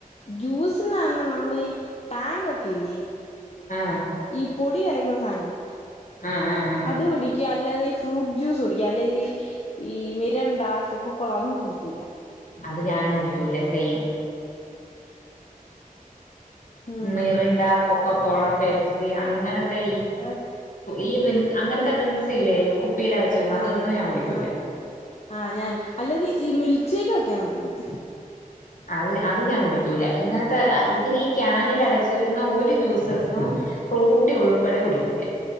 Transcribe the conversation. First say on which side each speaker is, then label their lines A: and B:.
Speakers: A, on the left; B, on the left.
A: ജ്യൂസ്ന്ന് അവ പറ നമ്മൾ ഈ ടാങ്ക് ഒക്കെ ഇല്ലേ
B: ആഹ്
A: ഈ പൊടി കലക്കുന്ന സാധനം
B: ആഹ് ആഹ് ആഹ്
A: അത് കുടിക്ക അല്ലാ ഈ ഫ്രൂട്ട് ജ്യൂസ് കുടിക്കും അല്ലെ ഈ മിരണ്ട കൊക്കക്കോള അതൊന്നും കുടിക്കൂല്ല
B: അത് ഞാനും കുടിക്കൂല സെയിം
A: ഉം
B: മിറിണ്ട കൊക്കക്കോള പെപ്സി അങ്ങനത്തെ
A: അത്
B: ഈ ഡ്രിങ്ക് അങ്ങനത്തെ ഈഡ്രിംഗ്സ് ഇല്ലേ കുപ്പിയിൽ അടച്ചു വന്ന
A: ആ
B: അതൊന്നും ഞാൻ കുടിക്കൂല
A: ആ ആ ഞാൻ അല്ലത് ഈ മിൽക്ക് ഷേക്ക് ഒക്കെയാണെങ്കിൽ കുടിക്കും
B: അത് അത് ഞാൻ കുടിക്കൂല ഇങ്ങനത്തെ ഇതിലി ക്യാനിൽ അടച്ചു വരുന്ന ഒരു ജ്യൂസസും ഫ്രൂട്ടി ഉൾപ്പെടെ കുടിക്കൂല